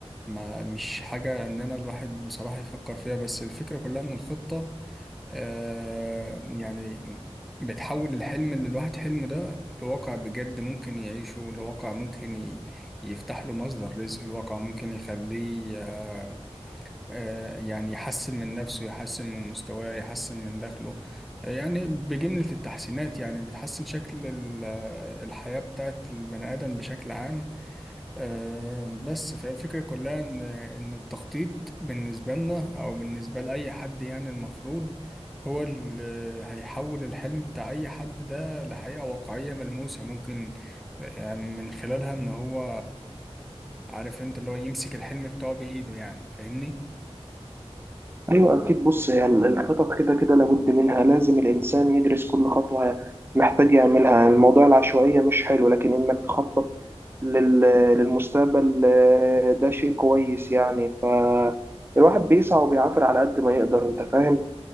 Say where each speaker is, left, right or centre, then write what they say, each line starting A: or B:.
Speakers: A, in the centre; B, on the right.
A: ما مش حاجة إن أنا الواحد بصراحة يفكر فيها بس الفكرة كلها إن الخطة آه يعني بتحول الحلم اللي الواحد حلمه ده لواقع بجد ممكن يعيشه لواقع ممكن ي- يفتح له مصدر رزق الواقع ممكن يخليه آه، آه، يعني يحسن من نفسه يحسن من مستواه يحسن من دخله آه، يعني بجملة التحسينات يعني بتحسن شكل ال- آه، الحياة بتاعت البني آدم بشكل عام آه، بس فالفكرة كلها إن إن التخطيط بالنسبة لنا أو بالنسبة لأي حد يعني المفروض هو اللي هيحول الحلم بتاع أي حد ده لحقيقة واقعية ملموسة ممكن آه، من خلالها إن هو عارف أنت اللي هو يمسك الحلم بتاعه بإيده يعني فاهمني؟
B: أيوة أكيد بص هي ال- الخطط كده كده لابد منها لازم الإنسان يدرس كل خطوة محتاج يعملها الموضوع العشوائية مش حلو لكن إنك تخطط لل- للمستقبل آه، ده شيء كويس يعني فالواحد بيسعى وبيعافر على قد ما يقدر أنت فاهم